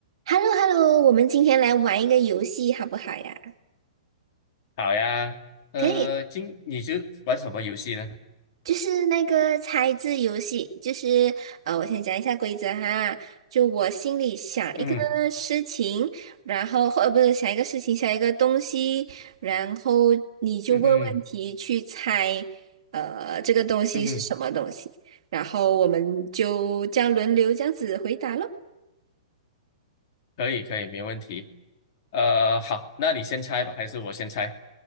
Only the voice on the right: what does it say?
h e l l o h e l l o 我们今天来玩一个游戏好不好呀？
可以，
就是那个猜字游戏，就是呃，我先讲一下规则哈。就我心里想一个事情，
然后或呃不是想一个事情，想一个东西，然后你就问问题去猜，
呃，这个东西是什么东西，
然后我们就这样轮流这样子回答咯。